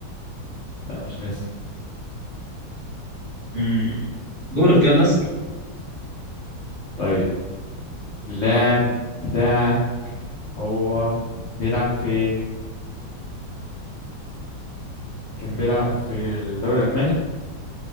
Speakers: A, on the left; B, on the right.
A: لا مش ميسي
B: مم. دورك يلا اسأل
A: طيب اللاعب بتاعك هو بيلعب في كان بيلعب في الدوري الألماني